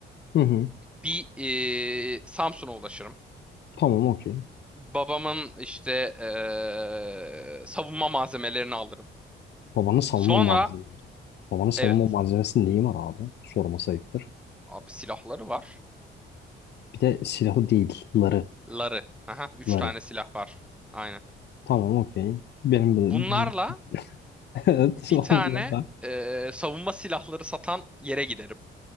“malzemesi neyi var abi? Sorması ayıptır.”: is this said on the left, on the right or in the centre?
Left